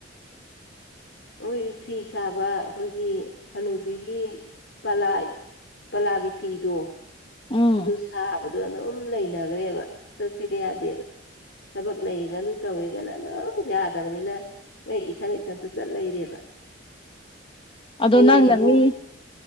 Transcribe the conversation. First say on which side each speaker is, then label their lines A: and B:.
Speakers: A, on the left; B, on the left.
A: ꯃꯣꯏꯒꯤ ꯐꯤ ꯁꯥꯕ ꯑꯩꯈꯣꯏꯒꯤ ꯍꯅꯨꯕꯤꯒꯤ ꯄꯂꯥ ꯄꯜꯂꯥꯒꯤ ꯐꯤꯗꯣ
B: ꯎꯝ
A: ꯑꯗꯨ ꯁꯥꯕꯗꯣ ꯑꯗꯨꯝ ꯂꯩꯅꯈ꯭ꯔꯦꯕ ꯆꯠꯁꯦꯒ ꯌꯥꯗꯦꯕ ꯊꯕꯛ ꯂꯩꯒ ꯑꯗꯨ ꯇꯧꯋꯤꯒꯅ ꯑꯗꯨꯝ ꯌꯥꯗꯕꯅꯤꯅ ꯑꯩ ꯏꯊꯟ ꯏꯊꯟꯇ ꯆꯠ ꯂꯩꯔꯦꯕ
B: ꯑꯗꯣ
A: ꯍꯌꯦꯡ
B: ꯅꯪ
A: ꯑꯗꯨ
B: ꯃꯤ